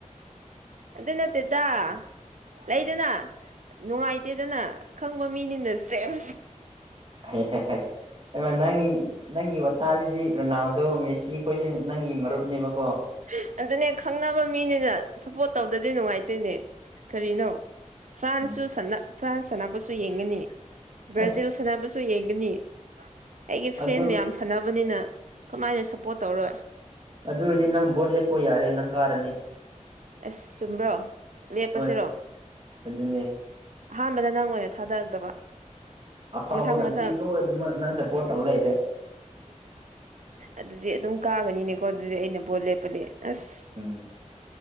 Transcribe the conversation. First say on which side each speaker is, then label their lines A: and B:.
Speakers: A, on the right (about 70°); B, on the right (about 45°).
A: ꯑꯗꯨ ꯅꯠꯇꯦꯗ ꯂꯩꯗꯅ ꯅꯨꯡꯉꯥꯏꯇꯦꯗꯅ ꯈꯪꯕ ꯃꯤꯅꯤꯅ ꯁꯦꯁ
B: <unintelligible> ꯍꯩ ꯍꯩ ꯍꯩ ꯍꯩꯃꯥ ꯅꯡ ꯅꯪꯒꯤ ꯋꯥ ꯁꯤꯗꯤ ꯔꯣꯅꯥꯜꯗꯣ ꯃꯦꯁꯤ ꯑꯩꯈꯣꯏꯁꯤ ꯅꯪꯒꯤ ꯃꯔꯨꯞꯅꯦꯕꯀꯣ
A: ꯍꯥ ꯑꯗꯨꯅꯦ ꯈꯪꯅꯕ ꯃꯤꯅꯤꯅ ꯁꯞꯄꯣꯔꯠ ꯇꯧꯗꯗꯤ ꯅꯨꯡꯉꯥꯏꯇꯦꯅꯦ ꯀꯔꯤꯅꯣ ꯐ꯭ꯔꯥꯟꯁꯁꯨ
B: ꯎꯝ
A: ꯁꯟꯅ ꯐ꯭ꯔꯥꯟꯁ ꯁꯥꯟꯅꯕꯁꯨ ꯌꯦꯡꯉꯅꯤ ꯕ꯭ꯔꯥꯖꯤꯜ
B: ꯑꯦ
A: ꯁꯥꯟꯅꯕꯁꯨ ꯁꯨ ꯌꯦꯡꯒꯅꯤ ꯑꯩꯒꯤ ꯐ꯭ꯔꯦꯟ
B: ꯑꯗꯨ
A: ꯃꯌꯥꯝ ꯁꯥꯟꯅꯕꯅꯤꯅ ꯀꯃꯥꯏꯅ ꯁꯞꯄꯣꯔꯠ ꯇꯧꯔꯣꯏ
B: ꯑꯗꯨ ꯑꯣꯏꯔꯗꯤ ꯅꯪ ꯕꯣꯠ ꯂꯦꯞꯄꯣ ꯌꯥꯔꯦ ꯅꯪ ꯀꯥꯔꯅꯤ
A: ꯑꯁ ꯆꯨꯝꯕ꯭ꯔꯣ ꯂꯦꯞꯄꯁꯤꯔꯣ
B: ꯍꯣꯏ ꯑꯗꯨꯅꯦ
A: ꯑꯍꯥꯟꯕꯗ ꯅꯪ ꯑꯣꯏꯅ ꯊꯥꯗꯔꯛꯇꯕ
B: ꯑꯐꯥꯎꯕ
A: ꯃꯊꯪ
B: ꯀꯟꯇ꯭ꯔꯤ
A: ꯃꯊꯪ
B: ꯂꯣꯏꯅꯃꯛ ꯅꯪ ꯁꯞꯄꯣꯔꯠ ꯇꯧ ꯂꯩꯔꯦ
A: ꯑꯗꯨꯗꯤ ꯑꯗꯨꯝ ꯀꯥꯒꯅꯤꯅꯦꯀꯣ ꯑꯗꯨꯗꯤ ꯑꯩꯅ ꯕꯣꯠ ꯂꯦꯞꯄꯗꯤ ꯑꯁ
B: ꯎꯝ